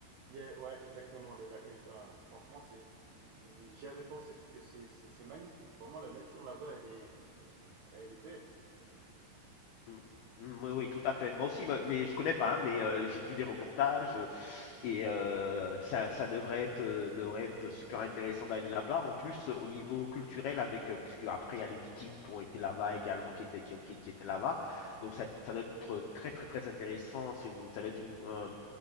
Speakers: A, on the right; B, on the left.
A: Il y a- ouais, exactement. Le lac, euh, ah, franchement, c'est... J'y j'y avais pensé parce que c'est c'est- c'est magnifique. Vraiment, la nature là-bas, elle est... Elle est belle.
B: Mm, mm, Oui, oui, tout à fait. Moi aussi, mais mais je connais pas, hein, mais euh, j'ai vu des reportages. euh, Et euh, ça, ça devrait être, euh, devrait être super intéressant d'aller là-bas. En plus, euh, au niveau culturel, avec, euh, puisque après, il y a les Vikings qui ont été là-bas également, qui étaient, qui, ont- qui- qui étaient là-bas.
A: Mhm.
B: Donc, ça, ça doit être très, très, très intéressant. C'est une, ça doit être une, euh,